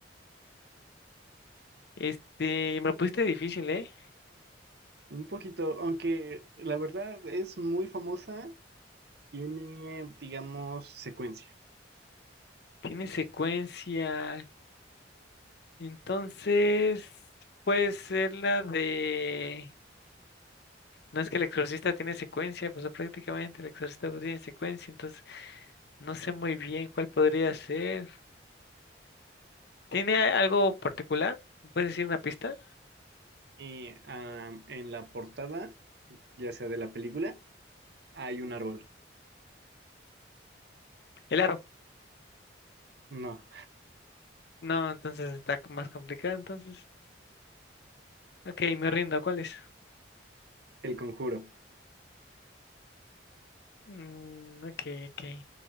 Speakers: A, on the left; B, on the right.
A: Este, me lo pusiste difícil, ¿eh?
B: Un poquito, aunque la verdad es muy famosa Tiene, digamos, secuencia.
A: Tiene secuencia. Entonces, puede ser la de... No es que el exorcista tiene secuencia, pues prácticamente el exorcista pues, tiene secuencia, entonces no sé muy bien cuál podría ser. ¿Tiene a- algo particular? ¿Me ¿Puedes decir una pista?
B: Y am, en la portada, ya sea de la película, hay un árbol.
A: El aro.
B: No,
A: No, entonces está c- más complicado, entonces. Ok, me rindo, ¿cuál es?
B: el conjuro.
A: Mm, ok, ok.